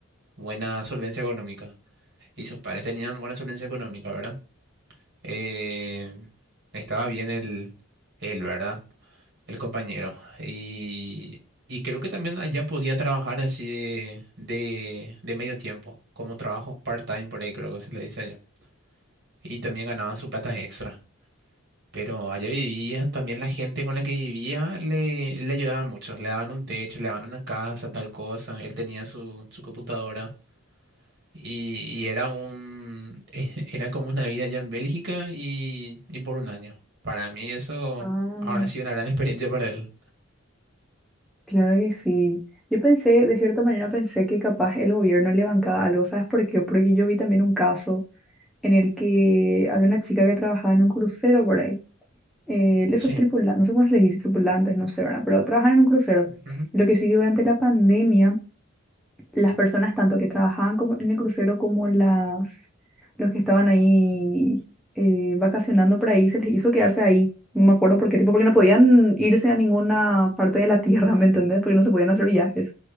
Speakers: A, on the right; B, in the centre.
A: buena solvencia económica. Y sus padres tenían buena solvencia económica, ¿verdad? Eh, estaba bien el, él, ¿verdad? el compañero. Y, y creo que también allá podía trabajar así de, de, de medio tiempo, como trabajo part-time por ahí, creo que se le dice allá. Y también ganaba su plata extra. Pero allá vivía, también la gente con la que vivía le, le ayudaba mucho. Le daban un techo, le daban una casa, tal cosa. Él tenía su, su computadora. Y, y era un, <laughs> e- era como una vida allá en Bélgica y, y por un año. Para mí eso
B: ah,
A: ahora ha sido una gran experiencia para él.
B: claro que sí. Yo pensé, de cierta manera pensé que capaz el gobierno le bancaba algo, ¿sabes por qué? Porque yo vi también un caso en el que había una chica que trabajaba en un crucero por ahí. eh, esos
A: Sí.
B: tripulantes, no sé cómo se les dice tripulantes, no sé, ¿verdad? Pero trabajan en un crucero.
A: Ujú.
B: Lo que sí que durante la pandemia las personas tanto que trabajaban como en el crucero como las los que estaban ahí eh, vacacionando por ahí, se les hizo quedarse ahí. No me acuerdo por qué, tipo, porque no podían irse a ninguna parte de la <laughs> tierra, ¿me entendés? Porque no se podían hacer viajes.